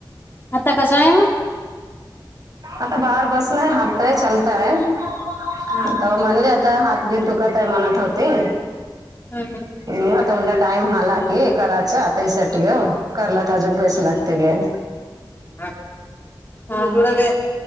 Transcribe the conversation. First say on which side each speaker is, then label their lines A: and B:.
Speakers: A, on the left; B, on the right.
A: आता कसं आहे मग?
B: आता बाहर बसलय हालतय चालताय. <unintelligible>
A: हा
B: म्हणले आता हात घीत दुखत आहे म्हणत होती.
A: हम्म हम्म.
B: हम्म आता उद्या टाइम हाला की करायचं तेसाठी ग करला त अजून पैसे लाग ते गे.
A: हा <unintelligible>